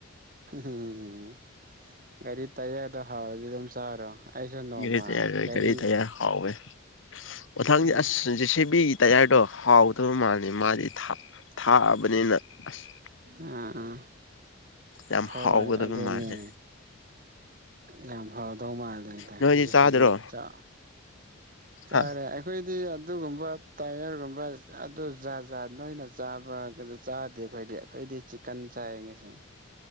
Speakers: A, on the right; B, on the left.
A: ꯎꯝꯝ ꯒꯥꯔꯤ ꯇꯥꯏꯌꯦꫪꯗꫭ ꯍꯥꯎꯔꯗꯤ ꯑꯗꯨꯝ ꯆꯥꯔꯣ ꯑꯩꯁꯨ ꯅꯣꯡꯃ
B: ꯒꯥꯔꯤ ꯇꯌꯥꯔ
A: ꯒꯥꯔꯤ
B: ꯇꯌꯥꯔ ꯍꯥꯎꯋꯦ ꯃꯊꯪꯗꯤ
A: ꯎꯝ
B: ꯑꯁ ꯖꯦꯁꯤꯕꯤꯒꯤ ꯇꯌꯥꯔꯗꯣ ꯍꯥꯎꯗꯕ ꯃꯥꯜꯂꯤ ꯃꯥꯗꯤ ꯊꯥꯕꯅꯤꯅ ꯑꯁ
A: ꯑꯥ ꯑꯥ
B: ꯌꯥꯝ
A: ꯍꯣꯏ
B: ꯍꯥꯎꯒꯗꯕ
A: ꯑꯗꯨꯅꯦ
B: ꯃꯥꯜꯂꯦ
A: ꯌꯥꯝ ꯍꯥꯎꯗꯧ ꯃꯥꯜꯂ ꯑꯗꯨ
B: ꯅꯣꯏꯗꯤ
A: ꯖꯤꯁꯤꯕꯤ
B: ꯆꯥꯗ꯭ꯔꯣ
A: ꯆꯥ ꯆꯥꯔꯦ
B: ꯍꯥ
A: ꯑꯩꯈꯣꯏꯗꯤ ꯑꯗꯨꯒꯨꯝꯕ ꯇꯥꯏꯌꯔꯒꯨꯝꯕ ꯑꯗꯨ ꯖꯥ ꯖꯥꯠ ꯅꯣꯏꯅ ꯆꯥꯕ ꯆꯥꯗꯦ ꯑꯩꯈꯣꯏꯗꯤ ꯗꯤ ꯆꯤꯛꯀꯟ ꯆꯥꯏꯌ‌ꯦ ꯉꯁꯤ